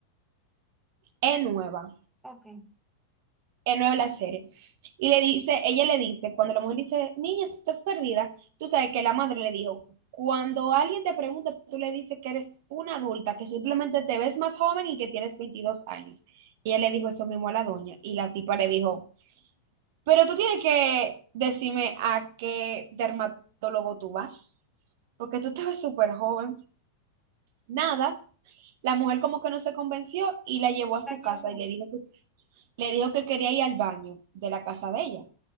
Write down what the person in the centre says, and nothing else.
de...
Ok,
la llevó.